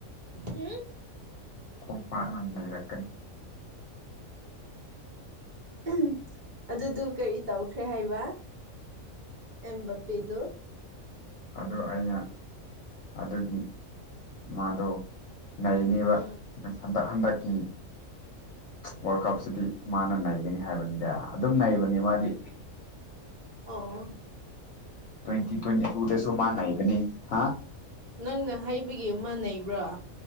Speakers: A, on the right; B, on the left.
A: ꯍꯥꯝ
B: ꯈꯣꯡꯝꯄꯥꯛꯅ ꯂꯩꯔꯛꯀꯅꯤ
A: ꯎꯝ ꯑꯗꯨꯗꯨ ꯀꯔꯤ ꯇꯧꯈ꯭ꯔꯦ ꯍꯥꯏꯕ ꯑꯦꯝ ꯄꯤꯗꯨ
B: ꯑꯗꯨ ꯑꯩꯅ ꯑꯗꯨꯒꯤ ꯃꯥꯗꯣ ꯅꯩꯅꯦꯕ
A: ꯎꯝ
B: ꯍꯟꯗꯛ ꯍꯟꯗꯛꯀꯤ ꯋꯥꯔꯜ ꯀꯞꯁꯤꯗꯤ ꯃꯥꯅ ꯅꯩꯒꯅꯤ ꯍꯥꯏꯕꯅꯤꯗ ꯑꯗꯨꯝ ꯅꯩꯕꯅꯤ ꯃꯥꯗꯤ
A: ꯑ
B: ꯇ꯭ꯋꯦꯟꯇꯤ ꯇ꯭ꯋꯦꯟꯇꯤ ꯇꯁꯨ ꯃꯥꯕꯅꯤ ꯍꯥ
A: ꯅꯪꯅ ꯍꯩꯕꯒꯤ ꯃꯥꯟꯅꯩꯕ꯭ꯔꯣ